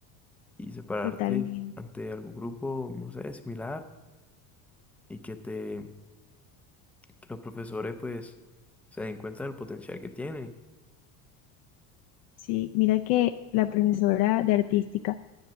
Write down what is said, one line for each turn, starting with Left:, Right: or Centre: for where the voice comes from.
Centre: y separarte
Left: Totalmente.
Centre: ante algún grupo, no sé, similar y que te, que los profesores pues se den cuenta del potencial que tienen.
Left: Sí, mira que la profesora de artística,